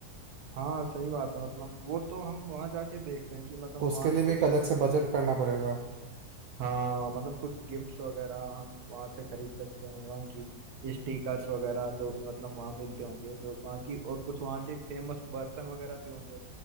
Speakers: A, on the right; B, on the right.
A: हाँ सही बात है मतलब वो तो हम वहाँ जाके देखते हैं कि मतलब
B: उसके
A: वहाँ
B: लिए भी
A: कुछ
B: एक अलग से बजट करना पड़ेगा
A: हाँ मतलब कुछ गिफ्ट्स वगैरह हम वहाँ से खरीद सकते हैं वहाँ की स्टिकर्स वगैरह जो भी मतलब वहाँ मिलते होंगे जो वहाँ की और कुछ वहाँ के फेमस बर्तन वगैरह भी होंगे